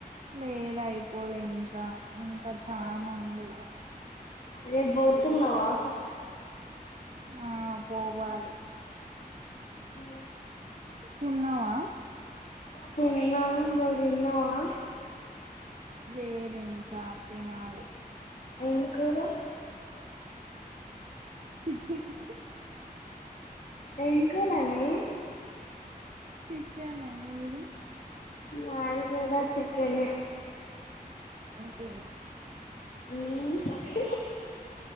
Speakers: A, on the right (about 50°); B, on the left (about 60°).
A: లేదు అయిపోలే ఇంకా ఇంకా చానుంది
B: రెప్ భోతున్నవా
A: ఆ పోవాలి
B: ఆ
A: తిన్నవా
B: తిన్నా నువ్ దిన్నవా
A: లేదు ఇంకా తినాలి
B: ఏం కూర
A: చికెన్
B: ఏం కురనే
A: చికెన్ మీది
B: మాదిగూడ చికెనే.
A: ఫేమస్
B: హ్మ్ అ